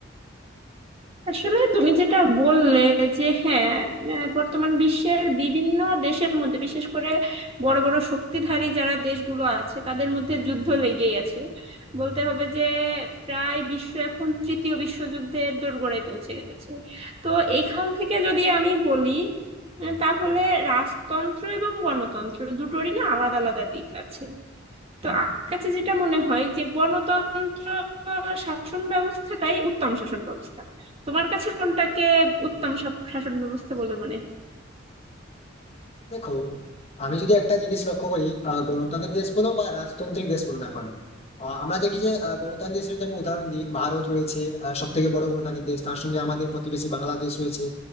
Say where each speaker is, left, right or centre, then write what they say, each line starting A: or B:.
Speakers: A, on the right (about 30°); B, on the left (about 30°).
A: আসলে তুমি যেটা বললে যে হ্যাঁ আহ, বর্তমান বিশ্বের বিভিন্ন দেশের মধ্যে বিশেষ করে বড় বড় শক্তিধারী যারা দেশগুলো আছে তাদের মধ্যে যুদ্ধ লেগেই আছে বলতে হবে যে প্রায় বিশ্ব এখন তৃতীয় বিশ্বযুদ্ধের দোরগোড়ায় পৌঁছে গেছে তো এইখান থেকে যদি আমি বলি আহ, তাহলে রাজতন্ত্র এবং গণতন্ত্র দুটোরই না আলাদা আলাদা দিক আছে তো আমার কাছে যেটা মনে হয় যে গণতন্ত্র শাসন ব্যবস্থাটাই উত্তম শাসন ব্যবস্থা তোমার কাছে কোনটাকে উত্তম শাসন ব্যবস্থা বলে মনে
B: দেখো আমি যদি একটা জিনিস লক্ষ্য করি আহ, গণতান্ত্রিক দেশ বলো বা রাজতান্ত্রিক দেশ বলো না কেন আহ, আমরা দেখি যে আহ, গণতান্ত্রিক দেশের যদি আমি উদাহরণ দিই ভারত রয়েছে সব থেকে বড় গণতান্ত্রিক দেশ তার সঙ্গে আমাদের প্রতিবেশী বাংলাদেশ রয়েছে